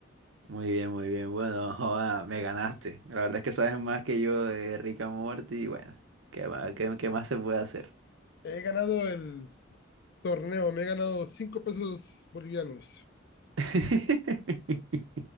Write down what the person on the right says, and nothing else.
Muy bien, muy bien. Bueno, <laughs> joda, me ganaste. La verdad es que sabes más que yo de Rick and Morty. Y bueno, ¿qué más, qué qué más se puede hacer?
<laughs>